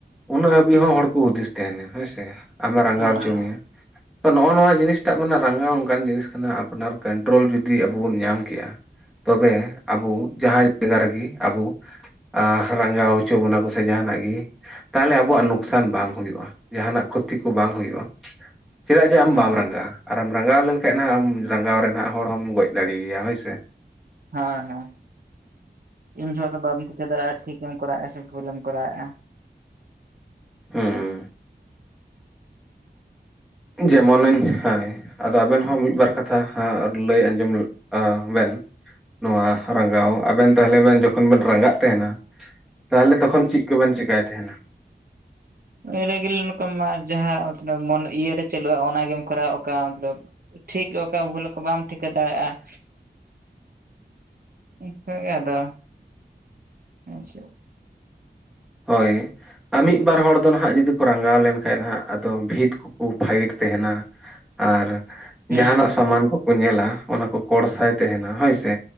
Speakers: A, in the centre; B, on the right.
A: ᱩᱱᱟᱹᱜ ᱦᱟᱹᱵᱤᱡ ᱦᱚᱸ ᱦᱚᱲ ᱠᱚ ᱦᱩᱫᱤᱥ ᱛᱟᱦᱮᱱᱟ ᱦᱮᱸᱥᱮ ᱟᱢᱮ ᱨᱟᱸᱜᱟᱣ
B: ᱦᱮᱸ
A: ᱦᱚᱪᱚ ᱢᱮᱭᱟ ᱛᱚ ᱱᱚᱜ-ᱚ ᱱᱚᱣᱟ ᱡᱤᱱᱤᱥ ᱴᱟᱜ ᱨᱟᱸᱜᱟᱣ ᱚᱱᱠᱟᱱ ᱡᱤᱱᱤᱥ ᱠᱟᱱᱟ ᱟᱯᱱᱟᱨ ᱠᱚᱱᱴᱨᱳᱞ ᱡᱩᱫᱤ ᱟᱵᱚ ᱵᱚᱱ ᱧᱟᱢ ᱠᱮᱜ-ᱟ ᱛᱚᱵᱮ ᱟᱵᱚ ᱡᱟᱦᱟᱸ ᱡᱟᱭᱜᱟ ᱨᱮᱜᱮ ᱟᱵᱚ ᱟ ᱨᱟᱸᱜᱟᱣ ᱦᱚᱪᱚ ᱵᱚᱱᱟ ᱠᱚᱥᱮ ᱡᱟᱦᱟᱱᱟᱜ ᱜᱮ ᱛᱟᱦᱚᱞᱮ ᱟᱵᱚᱣᱟᱜ ᱱᱩᱠᱥᱟᱱ ᱵᱟᱝ ᱦᱩᱭᱩᱜᱼᱟ ᱡᱟᱦᱟᱱᱟᱜ ᱠᱷᱳᱛ ᱛᱤ ᱠᱚ ᱵᱟᱝ ᱦᱩᱭᱩᱜᱼᱟ ᱪᱮᱫᱟᱜ ᱡᱮ ᱟᱢ
B: ᱦᱮᱸ
A: ᱵᱟᱢ ᱨᱟᱸᱜᱟᱼᱟ ᱟᱨᱮᱢ ᱨᱟᱸᱜᱟᱣ ᱞᱮᱱᱠᱷᱟᱡ ᱦᱟᱸᱜ ᱮᱢ ᱨᱟᱸᱜᱟᱣ ᱨᱮᱱ ᱦᱟᱸᱜ ᱦᱚᱲ ᱦᱚᱸᱢ ᱜᱚᱡ ᱫᱟᱲᱮᱭᱟᱭᱟ ᱦᱳᱭᱥᱮ
B: ᱦᱮᱸ ᱦᱮᱸ ᱤᱧ ᱡᱚᱦᱚᱜ ᱫᱚ ᱵᱟᱢ ᱴᱷᱤᱠᱟᱹ ᱫᱟᱲᱮᱭᱟᱜᱼᱟ ᱴᱷᱤᱠ ᱮᱢ ᱠᱚᱨᱟᱣᱮᱫᱼᱟ ᱥᱮ ᱵᱷᱩᱞᱮᱢ ᱠᱚᱨᱟᱣᱮᱫᱼᱟ
A: ᱦᱮᱸ ᱡᱟᱹᱯ ᱢᱚᱱᱟᱹᱧ ᱦᱮᱸᱭ ᱟᱫᱚ ᱟᱵᱮᱱ ᱦᱚᱸ ᱢᱤᱫ ᱵᱟᱨ ᱠᱟᱛᱷᱟ ᱞᱟᱹᱭ ᱟᱸᱡᱚᱢ ᱵᱮᱱ ᱱᱚᱣᱟ ᱨᱟᱸᱜᱟᱣ ᱟᱵᱮᱱ ᱛᱟᱦᱚᱞᱮ ᱵᱮᱱ ᱡᱚᱠᱷᱚᱱ ᱵᱮᱱ ᱨᱟᱸᱜᱟᱜ ᱛᱟᱦᱮᱱᱟ ᱛᱟᱦᱚᱞᱮ ᱛᱚᱠᱷᱚᱱ ᱪᱮᱫ ᱠᱚᱵᱮᱱ ᱪᱮᱠᱟᱭ ᱛᱟᱦᱮᱱᱟ
B: ᱟᱸᱭᱲᱟ ᱜᱮ ᱞᱤ ᱱᱝᱠᱟᱢ ᱢᱟ ᱡᱟᱦᱟᱸ ᱢᱚᱛᱞᱚᱵᱽ ᱢᱚᱱ ᱤᱭᱟᱹᱨᱮ ᱪᱟᱹᱞᱩᱜᱼᱟ ᱚᱱᱟᱜᱮᱢ ᱠᱚᱨᱟᱟᱣᱟ ᱚᱠᱟ ᱢᱚᱛᱞᱚᱵᱽ ᱴᱷᱤᱠ ᱚᱠᱟ ᱵᱷᱩᱞ ᱚᱠᱟ ᱵᱟᱢ ᱴᱷᱤᱠᱟᱹ ᱫᱟᱲᱮᱭᱟᱜᱼᱟ ᱚᱱᱠᱟ ᱜᱮ ᱟᱫᱚ ᱪᱮᱫ
A: ᱦᱳᱭ ᱟᱨ ᱢᱤᱫ ᱵᱟᱨ ᱦᱚᱲ ᱫᱚ ᱱᱟᱦᱟᱸᱜ ᱡᱩᱫᱤ ᱠᱚ ᱨᱟᱸᱜᱟᱣ ᱞᱮᱱᱠᱷᱟᱡ ᱱᱟᱦᱟᱸᱜ ᱟᱫᱚ ᱵᱷᱤᱛ ᱠᱚᱠᱚ ᱯᱷᱟᱭᱤᱴ ᱛᱟᱦᱮᱱᱟ ᱟᱨ
B: ᱦᱩᱸ
A: ᱡᱟᱦᱟᱱᱟᱜ
B: ᱦᱩᱸ
A: ᱥᱟᱢᱟᱱ ᱠᱚᱠᱚ ᱧᱮᱞᱟ ᱚᱱᱟ ᱠᱚ ᱠᱚᱲᱥᱟᱭ ᱛᱟᱦᱮᱱᱟ ᱦᱳᱭ ᱥᱮ